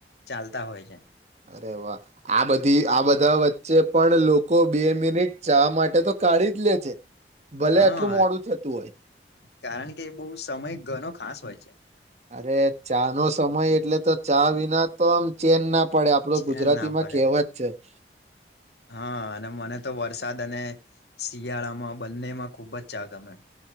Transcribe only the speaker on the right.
અરે વાહ આ બધી આ બધા વચ્ચે પણ લોકો બે મિનિટ ચા માટે તો કાઢી જ લે છે. ભલે
આટલું મોડું થતું હોય
અરે ચા નો સમય એટલે તો ચા વિના તો આમ ચેન ના પડે આપડો
ગુજરાતીમાં
કેહેવા જ છે. હ <inaudible>